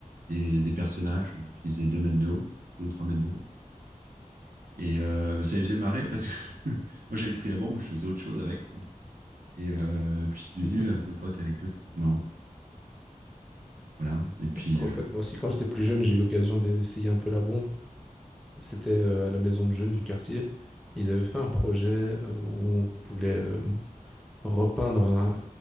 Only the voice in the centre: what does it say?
<laughs>
C'est trop
chouette. Moi aussi, quand j'étais plus jeune, j'ai eu l'occasion d'essayer un peu la bombe. C'était euh, à la maison de jeunes du quartier. Ils avaient fait un projet euh, où on voulait euh, repeindre un,